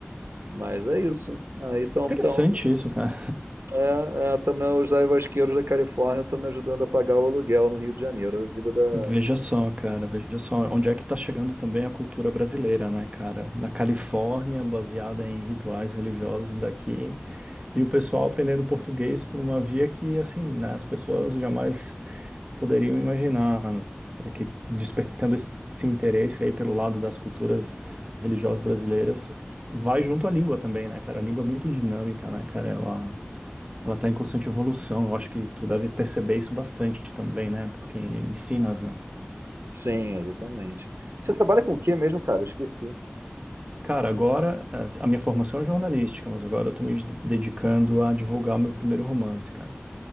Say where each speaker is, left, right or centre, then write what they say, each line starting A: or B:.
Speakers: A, on the right (about 75°); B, on the right (about 25°).
A: Mas é isso. Aí então,
B: Interessante
A: então
B: isso, cara.
A: é, é, também os ayahuasqueiros da Califórnia estão me ajudando a pagar o aluguel no Rio de Janeiro. A vida da
B: Veja só, cara, veja só onde é que tá chegando também a cultura brasileira, né, cara? Na Califórnia, baseada em rituais religiosos daqui, e o pessoal aprendendo português por uma via que, assim, né, as pessoas jamais poderiam imaginar, né, que despertando esse interesse aí pelo lado das culturas religiosas brasileiras, vai junto à língua também, né, cara? A língua é muito dinâmica, né, cara? Ela ela tá em constante evolução. Eu acho que tu deve perceber isso bastante também, né? Porque ensinas, né?
A: Sim, exatamente. Você trabalha com o quê mesmo, cara? Eu esqueci.
B: Cara, agora eh, a minha formação é jornalística, mas agora eu tô me de- dedicando a divulgar o meu primeiro romance, cara.